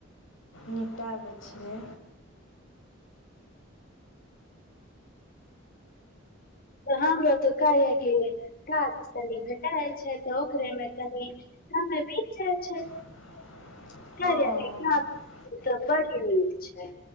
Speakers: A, on the left (about 80°); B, on the left (about 50°).
A: निटाबै छियै
B: तऽ हमरो तऽ कार्या के काज कनि भेटायल छै तऽ ओकरेमे कनि समय बीत जाय छै
A: <unintelligible> हँ
B: कार्या के काज तऽ बड़ यै नीक छै